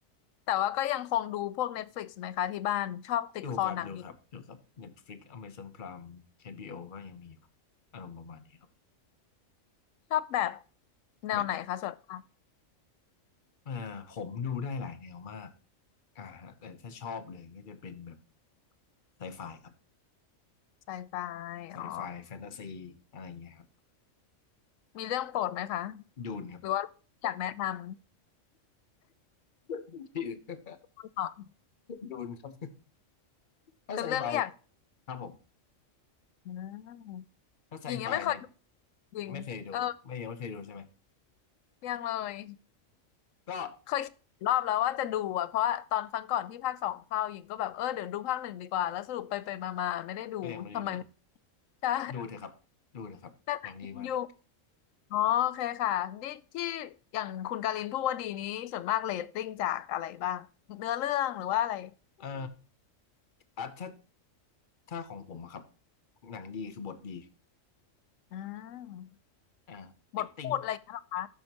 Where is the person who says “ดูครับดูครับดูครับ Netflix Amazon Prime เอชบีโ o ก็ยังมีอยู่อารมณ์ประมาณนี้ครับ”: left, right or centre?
Left